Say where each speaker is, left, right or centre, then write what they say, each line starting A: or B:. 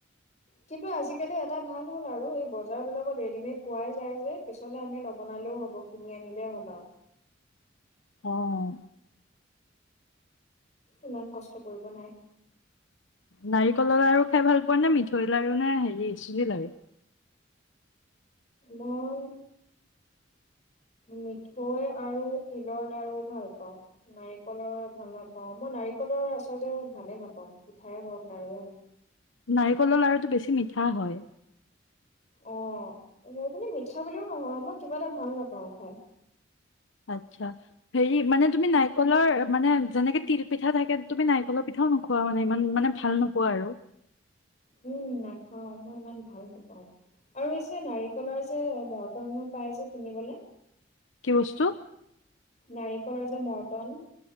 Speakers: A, on the left; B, on the left.
A: কিন্তু আজিকালি এটা ভাল হ'ল আৰু এই বজাৰ বিলাকত ৰেডিমেড পোৱাই যায় যে পিছলে আমি নবনালেও হ'ব কিনি আনিলে হ'ল আৰু
B: আহ
A: ইমান কষ্ট কৰিব নাই
B: নাৰিকলৰ লাৰু খাই ভাল পোৱা নে মিঠৈ লাৰু নে হেৰি চুজি লাৰু
A: মই মিঠৈ আৰু তিলৰ লাৰু ভাল পাওঁ নাৰিকলৰ ভাল নাপাওঁ মই নাৰিকলৰ আচলতে ভালে নাপাওঁ পিঠাই হওঁক লাৰুৱে হ
B: নাৰিকলৰ লাৰুটো বেছি মিঠা হয়
A: অ সেইবুলি মিঠা বুলিও নহয় মই কিবা এটা ভাল নেপাওঁ খাই
B: আতচ্ছা হেৰি মানে তুমি নাৰিকলৰ মানে যেনেকে তিল পিঠা থাকে তুমি নাৰিকলৰ পিঠাও নোখোৱা মানে ইমান মানে ভাল নোপোৱা আৰু
A: উম, নেখাওঁ মই ইমান ভাল নেপাওঁ আৰু এই যে নাৰিকলৰ যে মৰ্টনো পাই যে কিনিবলে‌
B: কি বস্তু?
A: নাৰিকলৰ যে মৰ্টন।